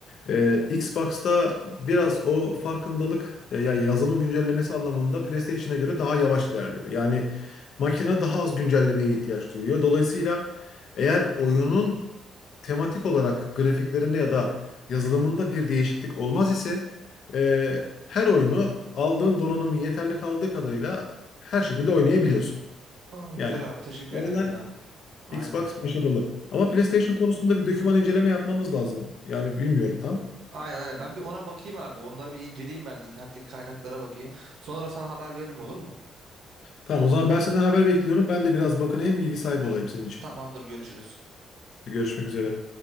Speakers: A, on the left (about 65°); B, on the right (about 70°).
A: e, Xbox'ta biraz o farkındalık e, ya yazılım güncellemesi anlamında PlayStation'a göre daha yavaş ilerliyor. Yani makine daha az güncellemeye ihtiyaç duyuyor. Dolayısıyla eğer oyunun tematik olarak grafiklerinde ya da yazılımında bir değişiklik olmaz ise e, her oyunu aldığın donanımın yeterli kaldığı kadarıyla her şekilde oynayabiliyorsun.
B: Aa, güzel
A: Yani
B: abi teşekkür
A: o
B: ederim
A: yüzden
B: ya. Aynen.
A: Xbox başarılı. Ama PlayStation konusunda bir doküman inceleme yapmamız lazım. Yani bilmiyorum tam.
B: Aynen aynen. Ben bir ona bakayım abi. Onları bir inceleyeyim ben de internetteki kaynaklara bakayım. Sonra sana haber veririm olur mu?
A: Tamam o zaman ben senden haber bekliyorum. Ben de biraz bakınayım bilgi sahibi olayım senin için.
B: Tamamdır görüşürüz.
A: Görüşmek üzere.